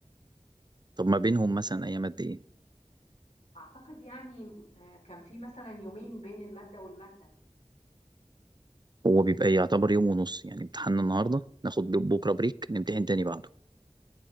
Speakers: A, on the right; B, on the left.
A: طب ما بينهم مثلا أيام قد إيه؟
B: أعتقد يعني آه، كان في مثلا يومين بين المادة والمادة
A: هو بيبقى يعتبر يوم ونص يعني امتحاننا النهاردة
B: آه.
A: ناخد بكرة بريك نمتحن تاني بعده